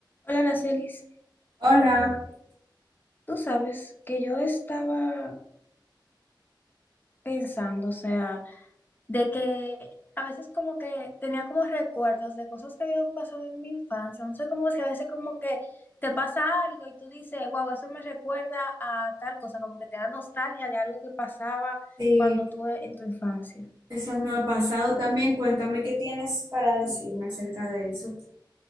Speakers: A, on the left; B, on the right.
A: Hola, Aracelis.
B: Hola,
A: Tú sabes que yo estaba pensando, o sea, de que a veces como que tenía como recuerdos de cosas que habían pasado en mi infancia. No sé cómo es que a veces como que te pasa algo y tú dices, wow, eso me recuerda a tal cosa, como que te da nostalgia de algo que pasaba
B: sí,
A: cuando tú en tu infancia.
B: eso no ha pasado también. Cuéntame qué tienes para decirme acerca de eso.